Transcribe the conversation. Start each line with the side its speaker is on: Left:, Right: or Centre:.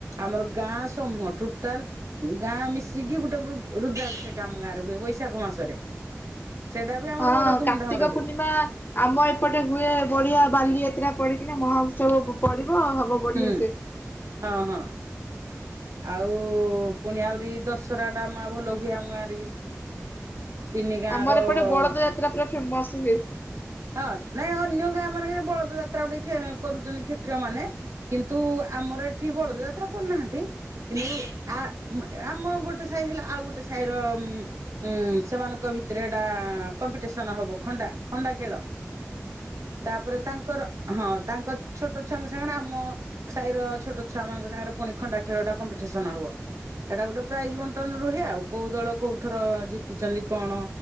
Right: ଆମର ଗାଁ ସମୂହ ଟୋଟାଲ ଗାଁ ମିଶିକି ଗୋଟେ ରୁଦ୍ରା ସେ କାମ ଗାଁ ରେ ହୁଏ ବୈଶାଖ ମାସରେ ସେଇଟା ବି ଆମର
Left: ହଁ
Right: ବଡ ଧୁମଧାମରେ
Left: କାର୍ତ୍ତିକ
Right: ହୁଏ।
Left: <unintelligible> ଆମ ଏପଟେ ହୁଏ ବଢିଆ ବାଲିଯାତ୍ରା ପଡିକିନା ମହା ଉତ୍ସବ ପଡିବ ହବ। ବଢିଆ
Right: ହୁଁ
Left: ସେ।
Right: ହଁ ହଁ ଆଉ ପୁଣି ଆହୁରି ଦଶହରା ଟା ମା ଭଲ ହୁଏ ଆମ ଗାଁରେ ବି ତିନି ଗାଁ
Left: ଆମର
Right: ର
Left: ଏପଟେ ବଳଦ ଯାତ୍ରା ପୁରା ଫେମସ ହୁଏ।
Right: ହଁ ନାଇଁ ଅନ୍ୟ ଗାଁ ମାନଙ୍କରେ ବଳଦ ଯାତ୍ରା ଟିକେ କରୁଛନ୍ତି କ୍ଷେତ୍ରୀୟ ମାନେ କିନ୍ତୁ ଆମର ଏଠି ବଳଦ ଯାତ୍ରା କରୁନାହାନ୍ତି। କିନ୍ତୁ ଆ ଆମ ଗୋଟେ ସାହି ହେଲା ଆଉ ଗୋଟେ ସାହିର ଉଁ ସେମାନଙ୍କ ଭିତରେ ଏଟା କମ୍ପିଟିସନ ହବ ଖଣ୍ଡା ଖଣ୍ଡା ଖେଳ। ତାପରେ ତାଙ୍କର ହଁ ତାଙ୍କ ଛୋଟ ଛୁଆଙ୍କ ସାଙ୍ଗରେ ଆମ ସାହି ର ଛୋଟ ଛୁଆ ମାନଙ୍କ ସାଙ୍ଗରେ ପୁଣି ଖଣ୍ଡା ଖେଳ କମ୍ପିଟସନ ହବ <unintelligible> ସେଟା ଗୋଟେ ପ୍ରାଇଜ ବଣ୍ଟନ ରୁହେ ଆଉ କୋଉ ଦଳ କୋଉ ଥର ଜିତିଛନ୍ତି କଣ।